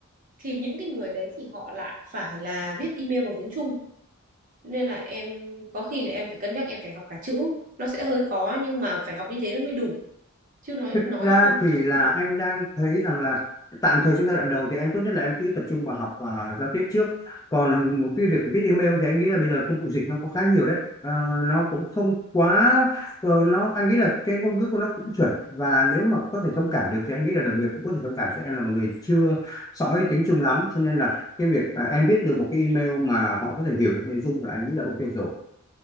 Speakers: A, on the right; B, on the left.
A: Thì những cái người đấy thì họ lại phải là viết email bằng tiếng Trung, nên là em có khi là em phải cân nhắc em phải học cả chữ, nó sẽ hơi khó nhưng mà phải học như thế nó mới đủ, chứ nói
B: Thực
A: nói
B: ra
A: không
B: thì
A: chắc không
B: là
A: đủ.
B: anh đang thấy rằng là tạm thời trong giai đoạn đầu thì em tốt nhất là em cứ tập trung vào học và giao tiếp trước. Còn một cái việc viết email thì anh nghĩ là bây giờ công cụ dịch nó có khá nhiều đấy. Ờ, nó cũng không quá ờ, nó anh nghĩ là cái ngôn ngữ của nó cũng chuẩn và nếu mà có thể thông cảm được thì anh nghĩ là đồng nghiệp cũng có thể thông cảm sẽ em là một người chưa sõi tiếng Trung lắm cho nên là cái việc à, em viết được một cái email mà họ có thể hiểu được nội dung là anh nghĩ là ok rồi